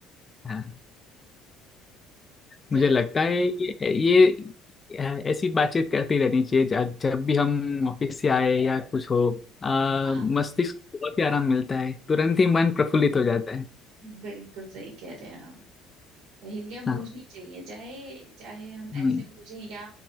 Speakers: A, on the left; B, on the right.
A: हाँ
B: चलिए
A: मुझे लगता है ये ये ऐसी बातचीत करती रहनी चाहिए जब जब भी हम ऑफिस से आए या कुछ हो आ,
B: हाँ
A: मस्तिष्क को बहुत ही आराम मिलता है तुरंत ही मन प्रफुल्लित हो जाता है
B: बिल्कुल सही कह रहे हैं आप हिलियम
A: हाँ
B: बूझनी चाहिए चाहे चाहे हम
A: नहीं
B: ऐसे बूझें या